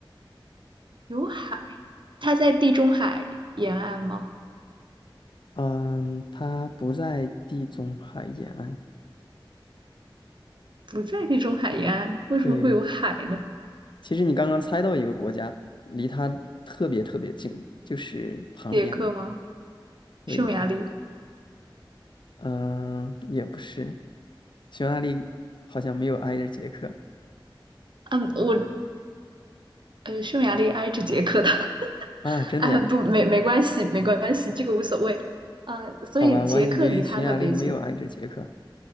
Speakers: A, on the right; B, on the left.
A: 有海，它在地中海沿岸吗？
B: 嗯，它不在地中海沿岸。
A: 不在地中海沿岸，为什么会有海呢？
B: 对，其实你刚刚猜到一个国家，离它特别特别近，就是旁边的。
A: 捷克吗？
B: 对，
A: 匈牙利？
B: 嗯，也不是，匈牙利好像没有挨着捷克
A: 嗯，我呃，匈牙利挨着捷克的。<laughs>
B: 啊，真的呀？
A: 啊，不，没没关系，没关系，这个无所谓。嗯，所以捷克离它特别近，
B: 好吧，我还以为匈牙利没有挨着捷克。